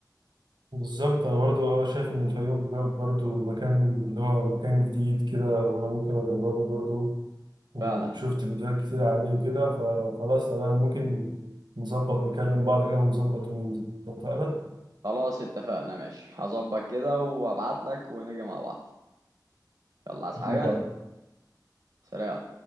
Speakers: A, on the right; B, on the right.
A: بالظبط انا برضو اه شايف ان الفيوم بجد برضو مكان اللي هو مكان جديد كده وانا ممكن اجربه برضو وشفت
B: فعلا
A: فيديوهات كتير عليه وكده فخلاص تمام ممكن نظبط نكلم بعض كده ونظبط وننزل اتفقنا؟
B: خلاص اتفقنا ماشي هظبط كده وأبعت لك ونيجي مع بعض يلا عايز
A: اتفقنا
B: حاجة سلام